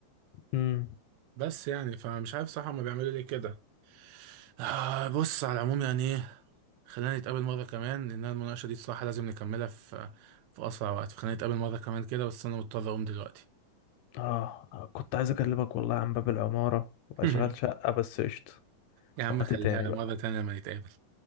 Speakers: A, on the left; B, on the right.
A: امم
B: بس يعني فمش عارف صراحه هما بيعملوا ليه كده آه بص على العموم يعني خلينا نتقابل مرة كمان لأن المناقشة دي الصراحة لازم نكملها في في أسرع وقت فخلينا نتقابل مرة كمان كده بس أنا مضطر أقوم دلوقتي
A: اه كنت عايز اكلمك والله عن باب العمارة واشغال
B: <laughs>
A: شقة بس قشطة
B: يا عم
A: وقت
B: خليها
A: تاني بقى
B: مرة تانية لما نتقابل